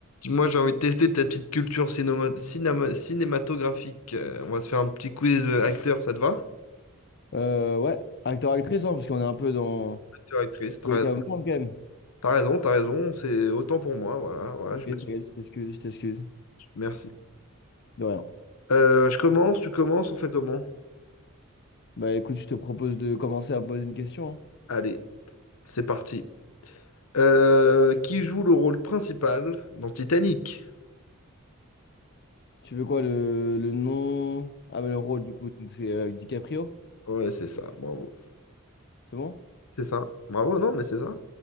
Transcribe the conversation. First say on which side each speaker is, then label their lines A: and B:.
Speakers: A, on the left; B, on the left.
A: Moi, j'ai envie de tester ta petite culture cinéma- cinéma- cinématographique. Euh, on va se faire un petit quiz euh, acteur, ça te va?
B: Euh, ouais, acteur-actrice, hein, parce qu'on est un peu dans...
A: Acteur, actrice, t'as
B: il
A: raison,
B: Oui, quand même, quand même.
A: t'as raison, t'as raison, c'est autant pour moi, voilà, voilà,
B: T'inquiète,
A: je me...
B: t'inquiète, je t'excuse, je t'excuse.
A: Merci.
B: De rien.
A: Euh, je commence, tu commences, on fait comment?
B: Bah écoute, je te propose de commencer à me poser une question. hein.
A: Allez, c'est parti. Euh, qui joue le rôle principal dans Titanic?
B: Tu veux quoi, le, le nom... Ah, mais le rôle, du coup, donc c'est euh, DiCaprio,
A: Ouais, c'est ça, bravo.
B: c'est bon?
A: C'est ça, bravo, non, mais c'est ça.